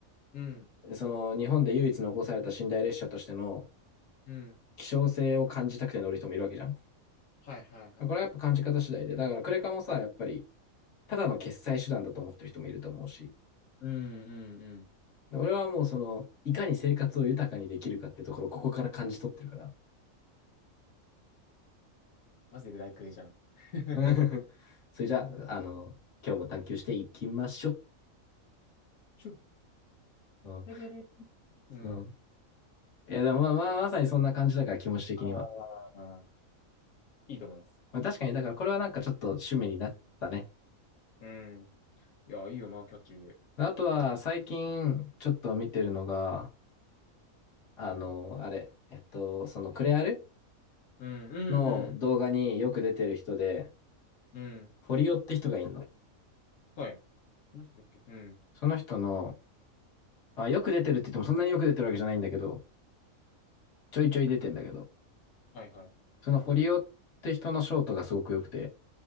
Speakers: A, on the left; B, on the left.
A: うん。
B: その日本で唯一残された寝台列車としての
A: うん。
B: 希少性を感じたくて乗る人もいるわけじゃん。
A: はいはいはいはい。
B: これはやっぱ感じ方次第で。だからクレカもさ、やっぱりただの決済手段だと思ってる人もいると思うし、
A: うんうんうん。
B: 俺はもうその、いかに生活を豊かにできるかっていうところをここから感じ取ってるから、
A: マジでライクエじゃん。<laughs>
B: <laughs> うんそれじゃあ、あの、今日も探求していきましょう。
A: ちょ、
B: うん
A: だけで、
B: そう
A: うん。
B: いや、でもまあ、まあ、まさにそんな感じだから、気持ち的には。
A: ああ、いいと思います。
B: まあ、確かに、だからこれはなんかちょっと趣味になったね。
A: うん。いや、いいよな、キャッチーで。
B: あとは、最近、ちょっと見てるのが、あの、あれ、えっと、そのクレアル
A: うん、うん、
B: の動画によく出てる人で、
A: うん、うん。
B: フォリオって人がいるの。
A: はい。その人だっけうん。
B: その人の、あ、よく出てるって言ってもそんなによく出てるわけじゃないんだけど、ちょいちょい出てんだけど、
A: はい、はい。
B: そのフォリオって人のショートがすごく良くて、